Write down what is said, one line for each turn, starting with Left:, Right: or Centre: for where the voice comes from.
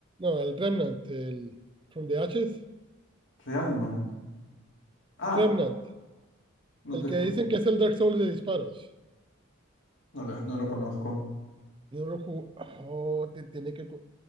Right: No, el Remnant, el From the Ashes.
Left: Real Man. Ah,
Right: Remnant,
Left: no
Right: el
Left: te escucho.
Right: que dicen que es el Dark Souls de disparos.
Left: No lo, no lo conozco.
Right: No lo jugó. Oh, te- tiene que. ju-